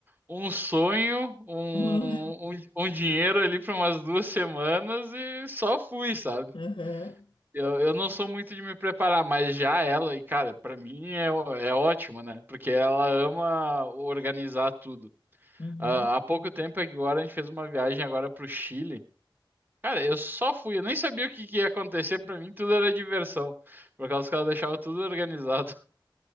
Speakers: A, on the right; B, on the left.
A: um sonho, um,
B: <laughs> Uhum.
A: um, um dinheiro ali para umas duas semanas e só fui, sabe?
B: Aham.
A: Eu, eu não sou muito de me preparar, mas já ela, e cara, para mim é, ó- é ótimo, né? Porque ela ama organizar tudo.
B: Uhum.
A: Ah, há pouco tempo agora a gente fez uma viagem agora pro Chile. Cara, eu só fui, eu nem sabia o que que ia acontecer, para mim tudo era diversão, por causa que ela deixava tudo organizado.